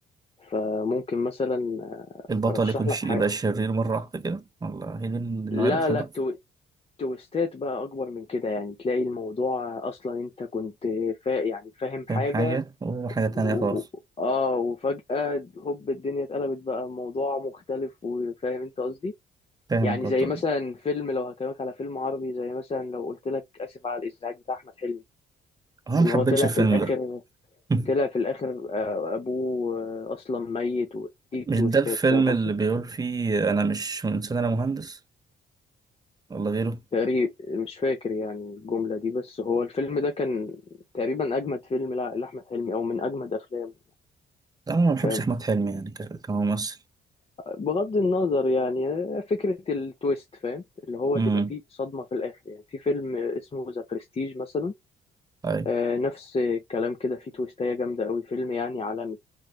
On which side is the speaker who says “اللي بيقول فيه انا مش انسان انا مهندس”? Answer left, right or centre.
Right